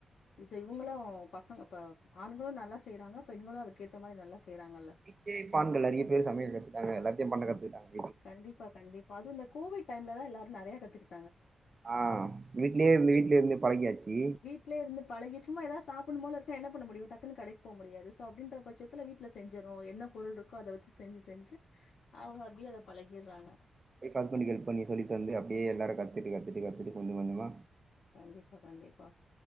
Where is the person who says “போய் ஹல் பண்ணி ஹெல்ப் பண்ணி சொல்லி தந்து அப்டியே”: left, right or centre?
Right